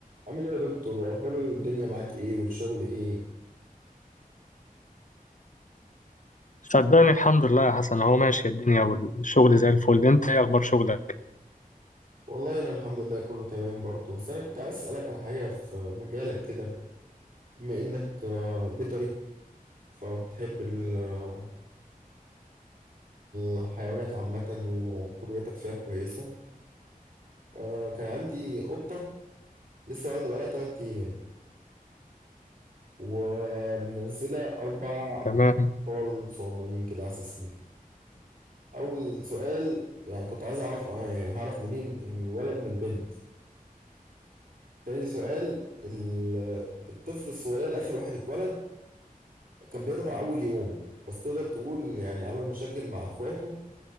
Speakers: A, on the right; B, on the left.
A: عامل ايه يا دكتور واخبار الدنيا معاك ايه والشغل ايه
B: صدقني الحمد لله يا حسن هو ماشي الدنيا والشغل زي الفل انت ايه اخبار شغلك
A: والله انا الحمد لله كله تمام برضه بس انا كنت عايز اسالك على حاجه في مجالك كده بما انك آه، بيطري فبتحب ال- آه، الحيوانات عامه وخبرتك فيها كويسه آه، كان عندي قطه لسه والده بقالها 3 ايام ومنزله اربع
B: تمام
A: اطفال صغننين كده عساسين اول سؤال يعني كنت عايز اعرف آه، يعني هعرف منين الولد من البنت تاني سؤال ال- الطفل الصغير آخر واحد اتولد كان بيرضع أول يوم بس تقدر تقول يعني عمل مشاكل مع إخواته